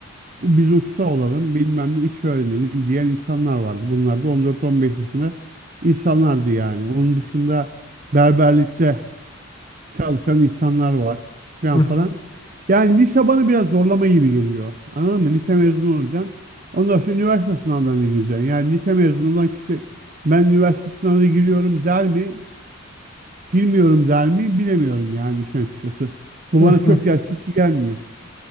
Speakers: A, on the right; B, on the left.
A: biz usta olalım bilmem ne iş öğrenelim diyen insanlar vardı. Bunlar da 14-15 yaşında insanlardı yani. Onun dışında berberlikte çalışan insanlar var falan
B: Hı
A: falan.
B: hı.
A: Yani lise bana biraz zorlama gibi geliyor. Anladın mı? Lise mezunu olacaksın. Ondan sonra üniversite sınavlarına gireceksin. Yani lise mezunu olan kişi ben üniversite sınavına giriyorum der mi? Girmiyorum der mi? Bilemiyorum yani işin açıkçası. Bu
B: Hı
A: bana çok
B: hı.
A: gerçekçi gelmiyor.